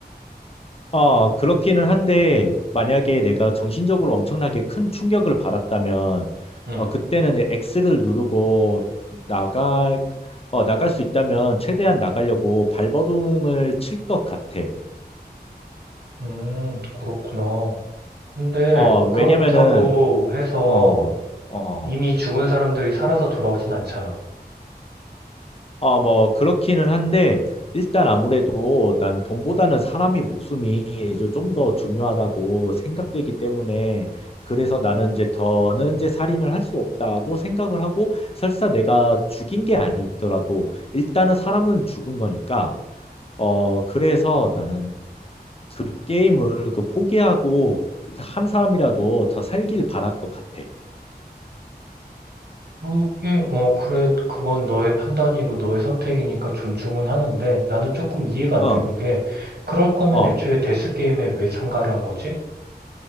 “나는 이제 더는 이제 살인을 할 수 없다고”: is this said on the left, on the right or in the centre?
Left